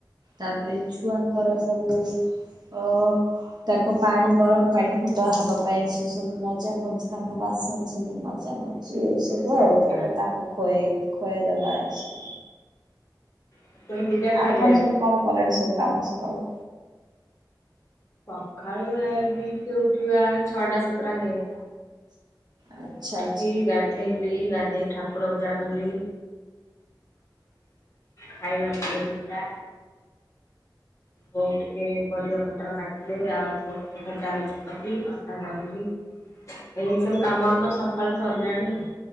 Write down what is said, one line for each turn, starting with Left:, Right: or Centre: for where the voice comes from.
Right: ତାପରେ ଛୁଆଙ୍କର ସବୁ ତ ତାଙ୍କ ପାଣି ଗରମ ପାଣି ଫୁଟା ହବ। ପାଇଁ ସେ ସବୁ ମଜା ମଜି ତାଙ୍କ ବାସନ ସବୁ ମଜାମଜି। ଉଇ ସବୁ ଆଉ।
Left: ଆଜ୍ଞା
Right: ତାପରେ
Left: ଆଜ୍ଞା
Right: ତାଙ୍କୁ ଖୁଆଇ ଖୁଆଇଦବା ଏସ
Left: ଠାକୁର ପୂଜା ସାରିଲେ?
Right: ଆପଣ ସବୁ କଣ କଲେଣି ସବୁ କାମ ସକାଳୁ?
Left: ସଖାଳୁ ଏ ଟିକେ ଉଠିବା ଛଅଟା ସାତଟା ହେଇଗଲା।
Right: ଆଚ୍ଛା
Left: ଉଠିକି
Right: ଆଚ୍ଛା
Left: ଗାଧେଇଲି। ଗାଧେଇକି ଠାକୁର ପୂଜା କଲି। ଖାଇବା ତିଆରି ହେଲା। ବୋଉ ଟିକେ ପରିବା ପତ୍ର କାଟିଲେ ଆଉ। ଭଜାଭଜି କଲି, ଅଟା ଦଳିଲି ଏ ସବୁ କାମ ଆମ ସକାଳୁ ସରିଲାଣି ଆଉ।